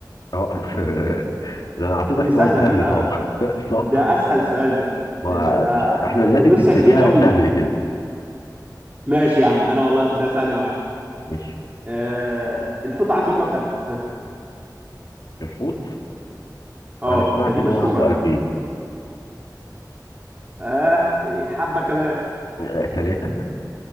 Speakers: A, on the left (about 65°); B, on the right (about 20°).
A: اه <laughs> ده أنا أعطيتك
B: دي سهلة
A: سؤال سهل
B: دي لا
A: طبعا <laughs> صح
B: ده اسهل سؤال ده
A: ما
B: لان ده
A: مش احنا
B: يعني
A: لازم
B: رو- روسيا
A: نبتديها
B: كبير قوي
A: سهل كده
B: ماشي يا عم انا والله ده سهل معاك
A: ماشي
B: آه الحوت عنده كام قلب ها،
A: الحوت
B: اه
A: انا سمعت
B: ده دي
A: ان
B: مشهورة
A: هو عنده قلبين
B: دي اه يعني حبة كمان
A: آه، ثلاثة